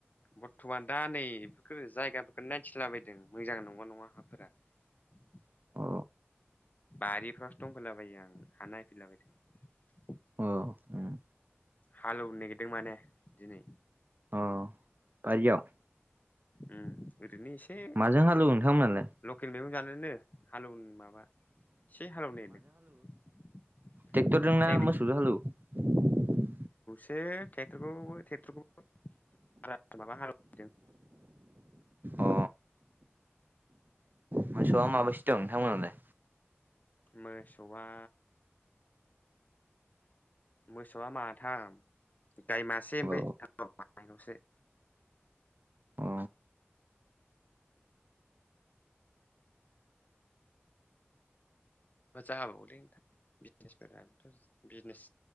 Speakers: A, on the left; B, on the right.
A: बरथ'मान दा नै बेफोरखौ जायगाफोरखौ नायथिलाबायदों मोजां नंगौ ना नङा हाफोरा। <unintelligible>
B: अ
A: बारिफ्रावसो दंफैलाबायो आं हा नायफैला बायदों।
B: औ ओम
A: हालेवनो नागिरदों माने दिनै।
B: अ' बारियाव?
A: ओम बिदिनो एसे
B: माजों हालौवो नोंथांमोनालाय
A: लकेल मैगं जानोनो हालेवनो माबा। एसे हालेवनो नागिरदों।
B: ट्रेक्टर जोंनाा
A: हें
B: मोसौ जों हालेवयो?
A: एसेेटरखौ ्रेक्टरखौार माबा हैदों <unintelligible>
B: अ मोसौआ माबैसो दं नोंथांमोनालाय?
A: मोसौआ? मोसौआ माथाम गाय मासे ओमफ्राय
B: औ
A: मन'से <unintelligible>
B: औ
A: जाहाबावलैोंथां बिजनेसफोराथ' बिजनेस